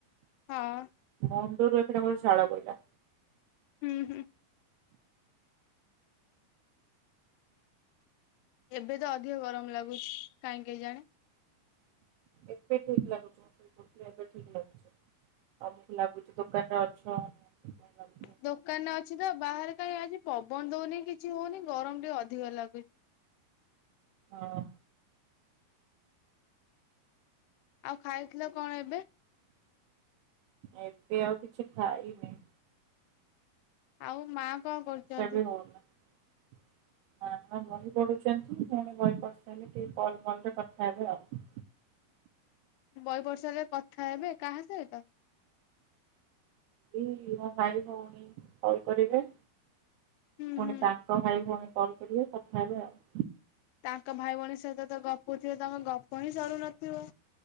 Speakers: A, on the left; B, on the right.
A: ହଁ।
B: ମୁଣ୍ଡରୁ ଏଖିଣା ମୋର ଝାଳ ବୋହିଲା।
A: ଉଁ ହୁଁ। ଏବେ ତ ଅଧିକ ଗରମ ଲାଗୁଚି କାହିଁହି କେଜାଣି।
B: ଏବେ ଠିକ ଲାଗୁଚି ମୁଁ ଶୋଇପଡ଼ିଥିଲି ଏବେ ଠିକ ଲାଗୁଚି ତମକୁ ଲାଗୁଚି ଦୋକାନରେ ଅଛ। ସେଥିପାଇଁ ଲାଗୁଥିବ।
A: ଦୋକାନରେ ଅଛି ପା ବାହାରେ କାଇଁ ଆଜି ପବନ ଦୋଉନେଇ କିଛି ହୋଉନେଇ ଗରମ ଟିକେ ଅଧିକ ଲାଗୁଚି।
B: ହଁ।
A: ଆଉ ଖାଇଥିଲ କଣ ଏବେ?
B: ଏବେ ଆଉ କିଛି ଖାଇନି।
A: ଆଉ ମା କଣ କରୁଛନ୍ତି?
B: ସେ ବି ହୋଉନା। ହଁ ବହି ପଢୁଚନ୍ତି ପୁଣି ବହି ପଢିସାଇଲେ ଟିକେ କଲ୍ ମଲରେ କଥା ହେବେ ଆଉ।
A: ବହି ପଢିସାଇଲେ କଥା ହେବେ କାହା ସହିତ?
B: ଏଇ ମୋ ଭାଇ ଭୋଉଣୀ କଲ କରିବେ।
A: ହୁଁ
B: ପୁଣି
A: ହୁଁ।
B: ତାଙ୍କ ଭାଇ ଭୋଉଣୀ କଲ କରିବେ କଥା ହେବେ ଆଉ।
A: ତାଙ୍କ ଭାଇ ଭୋଉଣୀ ସହିତ ତ ଗପୁଥିବେ ତମ ଗପ ହିଁ ସରୁନଥିବ।